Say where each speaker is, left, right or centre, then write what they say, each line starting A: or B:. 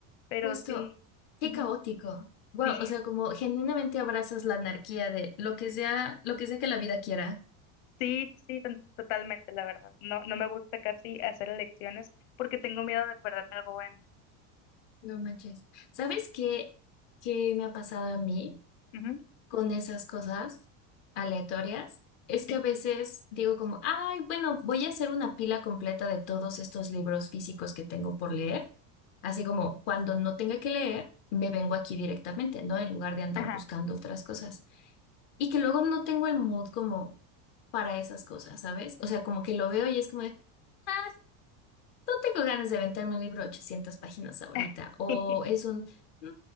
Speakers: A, on the left; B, on the left.
A: Pero
B: Justo,
A: sí,
B: qué
A: ujú,
B: caótico. Wow,
A: sí,
B: o sea, como genuinamente abrazas la anarquía de lo que sea, lo que sea que la vida quiera.
A: sí, sí, sí, to- totalmente, la verdad. No, no me gusta casi hacer elecciones porque tengo miedo de perderme algo bueno.
B: No manches. ¿Sabes qué, qué me ha pasado a mí?
A: Ujú,
B: con esas cosas aleatorias es que
A: sí,
B: a veces digo como, ay, bueno, voy a hacer una pila completa de todos estos libros físicos que tengo por leer. Así como cuando no tenga que leer, me vengo aquí directamente, ¿no? En lugar de andar
A: ajá.
B: buscando otras cosas. Y que luego no tengo el mood como para esas cosas, ¿sabes? O sea, como que lo veo y es como de, "Ah, no tengo ganas de aventarme un libro de 800 páginas ahorita,
A: <laughs>
B: o es un, "Mm,